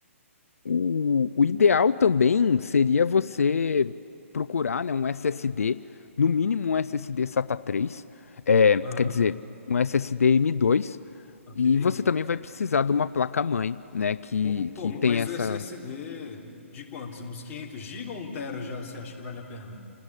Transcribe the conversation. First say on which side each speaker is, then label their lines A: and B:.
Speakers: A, on the left; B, on the left.
A: O, o ideal também seria você procurar, né, um SSD, no mínimo um SSD SATA 3, é,
B: Aham,
A: quer dizer, um SSD m dois.
B: ok.
A: e você também vai precisar de uma placa-mãe, né, que,
B: Um-
A: que
B: Pô,
A: tem
B: mas
A: essa
B: o SSD de quantos? Uns 500 gigas, ou 1 TB já você acha que vale a pena?